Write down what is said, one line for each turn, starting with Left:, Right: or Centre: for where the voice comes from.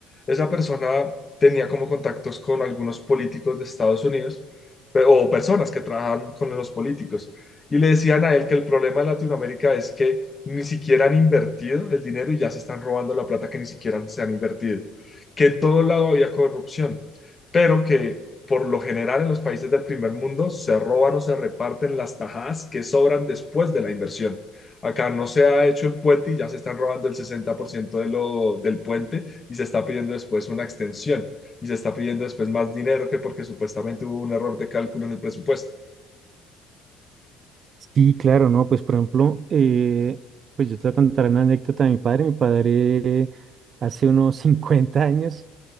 Left: Esa persona tenía como contactos con algunos políticos de Estados Unidos pe- o personas que trabajan con los políticos. Y le decían a él que el problema de Latinoamérica es que ni siquiera han invertido el dinero y ya se están robando la plata que ni siquiera se han invertido. Que en todo lado había corrupción, pero que por lo general en los países del primer mundo se roban o se reparten las tajadas que sobran después de la inversión. Acá no se ha hecho el puente y ya se están robando el 60% de lo, del puente y se está pidiendo después una extensión y se está pidiendo después más dinero que porque supuestamente hubo un error de cálculo en el presupuesto.
Right: Sí, claro, ¿no? Pues por ejemplo, eh, pues yo te voy a contar una anécdota de mi padre. Mi padre hace unos <laughs> 50 años